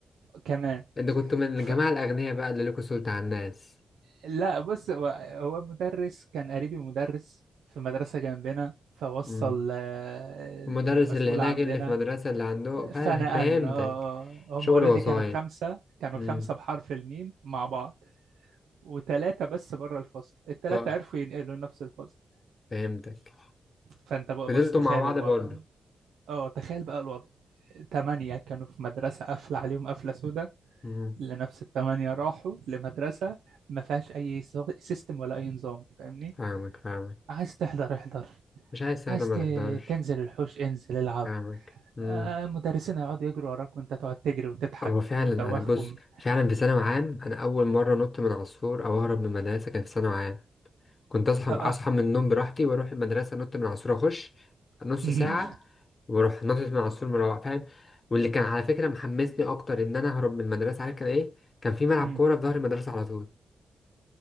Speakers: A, on the right (about 85°); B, on the left (about 40°).
A: كمان
B: انت كنت من
A: ف...
B: الجماعة الأغنياء بقى اللي لكوا سلطة على الناس
A: لا بص هو هو المدرس كان قريبي مدرس في مدرسة جنبنا فوصل
B: مم.
A: آه، المسؤول
B: المدرس اللي هناك
A: عندنا
B: اللي في المدرسة اللي عنده فا-
A: فنقلنا
B: فهمتك
A: آه، آه،
B: شغل
A: هم اوريدي
B: وسايط
A: كانوا خمسة كانوا
B: مم.
A: خمسة بحرف الميم مع بعض وتلاتة بس بره الفصل التلاتة
B: ف-
A: عرفوا ينقلوا نفس الفصل
B: فهمتك
A: فانت بقى
B: فضلتوا
A: بص تخيل
B: مع بعض
A: الوضع
B: برضه
A: اه تخيل بقى الوضع تمانية كانوا في مدرسة قافلة عليهم قفلة سودا
B: مم.
A: لنفس التمانية راحوا لمدرسة ما فيهاش أي سو- سيستم ولا أي نظام فاهمني
B: فاهمك فاهمك
A: عايز تحضر احضر
B: مش عايز ساعة
A: عايز
B: ما
A: ت-
B: تحضرش
A: تنزل الحوش انزل العب
B: فاهمك مم.
A: آه مدرسين هيقعدوا يجروا وراك وانت تقعد تجري وتضحك
B: هو فعلا
A: وتدوخهم
B: أنا بص فعلا في ثانوي عام أنا أول مرة نط من عصفور أو أهرب من المدرسة كان في ثانوي عام كنت اصحى
A: آه
B: اصحى
A: آه.
B: من النوم براحتي واروح المدرسه نط من العصفور اخش نص
A: <laughs>
B: ساعه واروح نطت من العصفور مروح فاهم واللي كان على فكره محمسني اكتر ان انا اهرب من المدرسه عارف كان ايه كان في ملعب
A: أمم.
B: كوره في ظهر المدرسه على طول